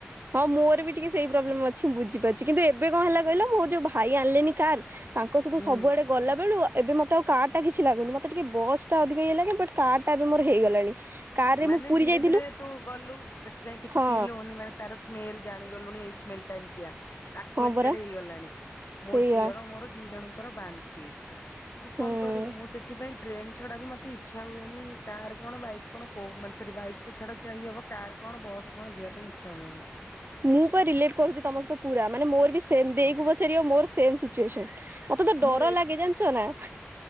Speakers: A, on the right (about 55°); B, on the left (about 60°).
A: ହଁ ମୋର ବି ଟିକେ ସେଇ ପ୍ରୋବ୍ଲେମ ଅଛି। ମୁଁ ବୁଝିପାରୁଚଛି କିନ୍ତୁ ଏବେ କଣ ହେଲା କହିଲ, ମୋ ଯୋଉ ଭାଇ ଆଣିଲେନି କାର! ତାଙ୍କ ସହିତ
B: ହୁଁ।
A: ସବୁଆଡେ ଗଲା ବେଳୁ ଏବେ ମତେ ଆଉ କାର୍ ଟା କିଛି ଲାଗୁନି। ମତେ ଟିକେ ବସ୍ ଟା ଅଧିକ ଇ ଲାଗେ ବଟ୍ କାର୍ ଟା ଏବେ ମୋର ହେଇଗଲାଣି କାର୍ ରେ
B: ମାନେ
A: ମୁଁ ପୁରୀ
B: ଧୀରେ
A: ଯାଇଥିଲୁ
B: ଧୀରେ ତୁ ଗଲୁ ସେଥିପାଇଁ କିଛି
A: ହଁ
B: ଫିଲ୍ ହଉନି ମାନେ ତାର ସ୍ମେଲ ଜାଣିଗଲୁଣି ଏ ସ୍ମେଲ ଟା ଏମିତିଆ। ଆକୁଏଣ୍ଟେଡ଼
A: ହଁ ପରା
B: ହେଇଗଲାଣି। ମୋ
A: ସେଇଆ
B: ଝିଅର ମୋର ଦି ଜଣଙ୍କ ଙ୍କର ବାନ୍ତି। ତୁ କଣ
A: ହୁଁ
B: କରିବୁ ମୁଁ ସେଥିପାଇଁ ଟ୍ରେନ ଛଡା ବି ମୋତେ ଇଚ୍ଛା ହୁଏନି କାର୍ କଣ, ବାଇକ୍ କଣ, କଉ ସରି ବାଇକ୍ ତ ଛାଡ ଜା ଇଏ ହବ କାର୍ କଣ, ବସ୍ କଣ, ଯିବା ପାଇଁ ଇଚ୍ଛା ହୁଏନି।
A: ମୁଁ ପା ରିଲେଟ କରୁଛି ତମସହିତ ପୁରା, ମାନେ ମୋର ବି ସେମ୍ ଦେଇକୁ ପଚାରିବ, ମୋର ସେମ୍ ସିଚୁଏସନ। କେତେ ତ
B: ମୁଁ
A: ଡର ଲାଗେ! ଜାଣିଛ ନା